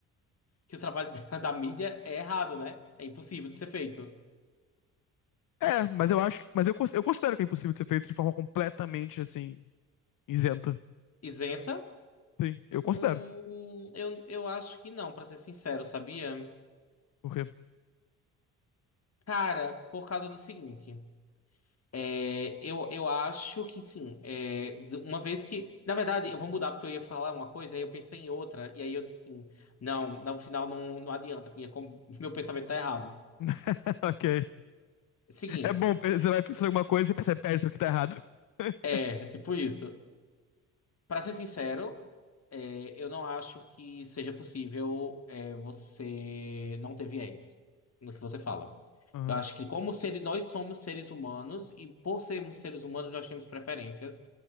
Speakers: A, on the left; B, on the left.
A: que o trabalho <laughs> da, da mídia é errado, né? É impossível de ser feito.
B: É, mas eu acho, mas eu, cons- eu considero que é impossível de ser feito de forma completamente assim, isenta.
A: Isenta?
B: Sim, eu
A: Hum,
B: considero.
A: eu, eu acho que não, pra ser sincero, sabia?
B: Por quê?
A: Cara, por causa do seguinte. É, eu, eu acho que sim. É, d- uma vez que. Na verdade, eu vou mudar porque eu ia falar uma coisa, aí eu pensei em outra, e aí eu disse assim: não, no final não, não adianta, porque minha, com- <laughs> meu pensamento tá errado.
B: <laughs> Ok.
A: Seguinte,
B: É bom, você vai pensando em alguma coisa e percebe, pera, isso aqui tá errado. <laughs>
A: é, tipo isso. Pra ser sincero, é, eu não acho que seja possível é, você não ter viés no que você fala.
B: Aham,
A: Eu acho que, como seres, nós somos seres humanos, e por sermos seres humanos, nós temos preferências,